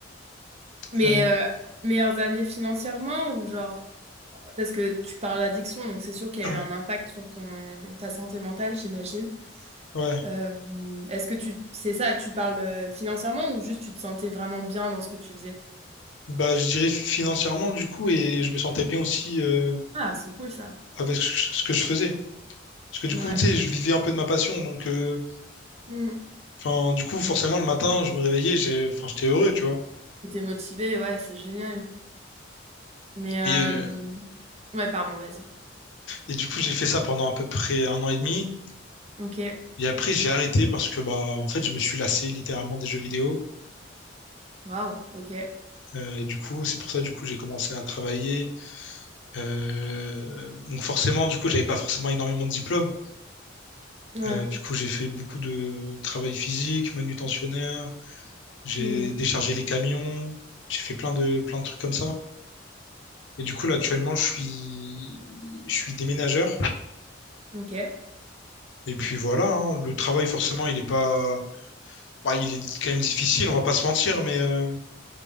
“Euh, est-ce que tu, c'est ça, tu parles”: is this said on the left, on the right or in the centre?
Right